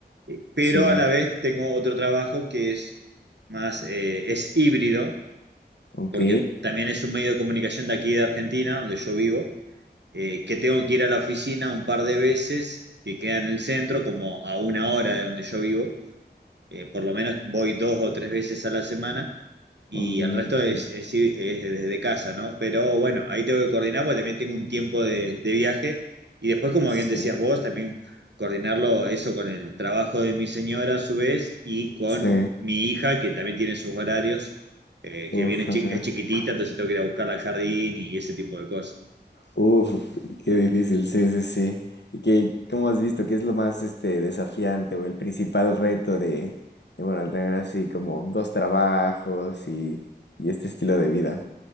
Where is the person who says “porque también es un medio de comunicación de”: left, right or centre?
Right